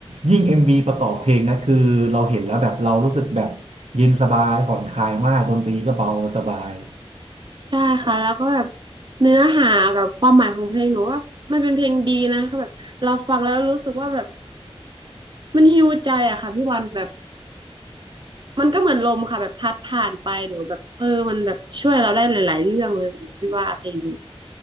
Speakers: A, on the right (about 85°); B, on the right (about 45°).
A: ยิ่งเอ็มวีประกอบเพลงนะคือเราเห็นแล้วแบบเรารู้สึกแบบเย็นสบายผ่อนคลายมากดนตรีก็เบาสบาย
B: ใช่ค่ะแล้วก็แบบเนื้อหากับความหมายของเพลงหนูว่ามันเป็นเพลงดีนะคือแบบเราฟังแล้วรู้สึกว่าแบบมันฮีลใจอะค่ะพี่วันแบบมันก็เหมือนลมค่ะแบบพัดผ่านไปเดี๋ยวแบบเออมันแบบช่วยเราได้หลายๆเรื่องเลยหนูคิดว่าเพลงนี้